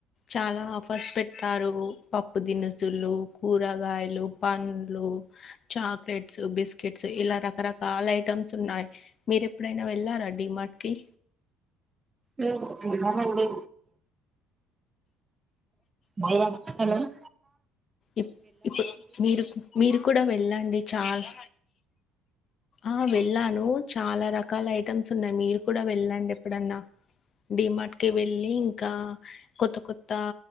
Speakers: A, on the left; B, on the right.
A: చాలా ఆఫర్స్ పెట్టారు పప్పు దినుసులు కూరగాయలు పండ్లు చాక్లెట్స్ బిస్కెట్స్ ఇలా రకరకాల ఐటమ్స్ ఉన్నాయి మీరు ఎప్పుడైనా వెళ్ళారా డి మార్ట్ కి కి
B: డు తిన్నాండి హలో
A: ఇప్ ఇప్పుడు మీరు మీరు కూడా వెళ్ళండి చాలా ఆ వెళ్ళాను చాలా రకాల ఐటమ్స్ ఉన్నాయి మీరు కూడా వెళ్ళండి ఎప్పుడన్నా డిమార్ట్ కి వెళ్ళి ఇంకా కొత్త కొత్త